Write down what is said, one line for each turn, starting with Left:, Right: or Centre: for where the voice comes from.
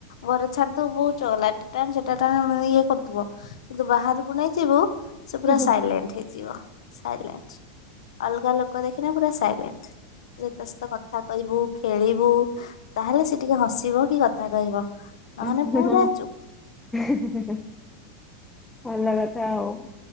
Left: ଘରେ ଛାଡି ଦବୁ ବହୁତ ଚଗଲା ଟାନେ ସେଟା ଟାନେ ମ-ମାନେ ଇଏ କ ଥୁବ କିନ୍ତୁ ବାହାରୁକୁ ନେଇଯିବୁ ସେ ପୁରା
Centre: ହଁ
Left: ସାଇଲେଣ୍ଟ ହେଇଯିବ ସାଇଲେଣ୍ଟ୍। ଅଲଗା ଲୋକ ଦେଖିନେ ପୁରା ସାଇଲେଣ୍ଟ୍ ଯଦି ତା ସହିତ କଥା କହିବୁ ଖେଳିବୁ ତାହେଲେ ସେ ଟିକେ ହସିବ କି କଥା କହିବ। ନହେଲେ
Centre: ଉଁ ହୁଁ
Left: ପୁରା
Centre: ହୁଁ
Left: ଚୁପ
Centre: ହିଁ ହିଁ ହିଁ ଭଲ କଥା ଆଉ।